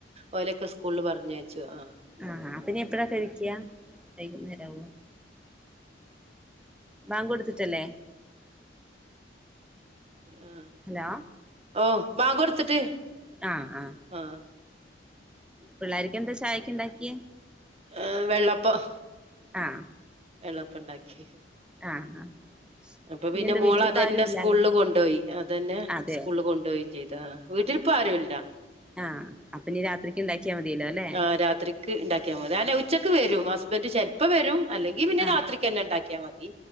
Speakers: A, on the right (about 35°); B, in the centre.
A: ഓലൊക്കെ സ്കൂ പറഞ്ഞ് അയച്ചു ആഹ്
B: ആഹ പിന്നെ എപ്പഴാ കഴിക്ക വൈകുന്നേരാവോ? ബാങ്കൊടുത്തിട്ടല്ലേ?
A: ആ
B: ഹലോ,
A: ഓ ബാങ്ക് കൊട്ത്ത്ട്ട്.
B: ആഹ ആഹ.
A: ആഹ്
B: പിള്ളാരിക്ക് എന്താ ചായക്ക് ണ്ടാക്കിയേ?
A: ഏ വെള്ളപ്പം
B: ആഹ്
A: വെള്ളപ്പം ണ്ടാക്കി.
B: ആഹ് ആഹ്
A: അപ്പൊ
B: ഇനി
A: പിന്നെ
B: എന്താ
A: മോള
B: വീട്ടിലിപ്പ
A: അതന്നെ
B: ആരും ഇല്ലാല്ലേ
A: സ്കൂളിൽ കൊണ്ടോയി അതന്നെ
B: അതെയോ
A: സ്കൂളിൽ കൊണ്ടോയി. വീട്ടിലിപ്പം ആരും ഇല്ല.
B: ആഹ് അപ്പൊ ഞ്ഞി രാത്രിക്ക് ണ്ടാക്കിയാൽ മതില്ലോ ല്ലെ?
A: ആ രാത്രിക്ക് ഉണ്ടാക്കിയാ മതി അല്ല ഉച്ചക്ക് വരും ഹസ്ബൻറ് ചെലപ്പം വരും അല്ലെങ്കിൽ പിന്നെ
B: ആഹ്
A: രാത്രിക്കന്നെ ഉണ്ടാക്കിയാ മതി.